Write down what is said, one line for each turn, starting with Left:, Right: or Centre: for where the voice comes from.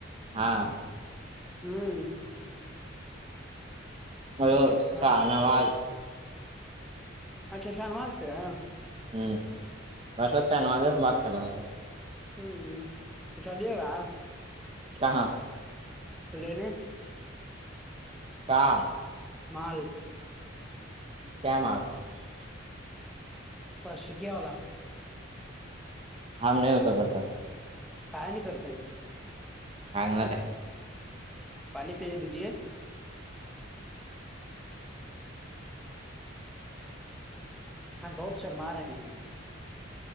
Right: ہاں
Centre: ہوں
Right: ہیلو شاہ
Centre: ہ
Right: نواز
Centre: اچھا شاہنوار سے ہے
Right: ہوں درشک سےہنوازے سے بات کر رہا ہوں
Centre: ہوں چلیے گا
Right: کہ ہاں
Centre: لینے
Right: کااں
Centre: مال
Right: کیام آ
Centre: فش کیایا والا
Right: ہام نہیں ہوسا پڑتا
Centre: کا نہیں کرتے ہیں
Right: بھاگنا تھا
Centre: پانی بھیج دیجے ہاں بہت شرما رہے ہیں